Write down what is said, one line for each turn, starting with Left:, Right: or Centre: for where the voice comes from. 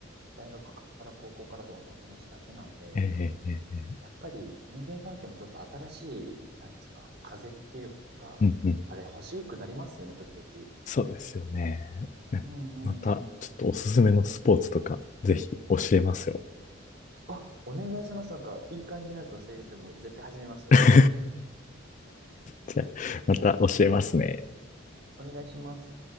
Right: 大学から高校からとかの友達だけなんで、
Left: ええええええ
Right: やっぱり人間関係もちょっと新しい、なんですか、風っていうか、
Left: うんうん。
Right: あれ欲しくなりますよね、時々。
Left: そうですよね。ねまた、
Right: うんうんうん。
Left: ちょっとおすすめのスポーツとか、ぜひ教えますよ。
Right: あ、お願いします。なんか、いい感じのやつ教えてください。もう絶対始めます、それ。
Left: <laughs> じゃあ、また教えますね。
Right: お願いします。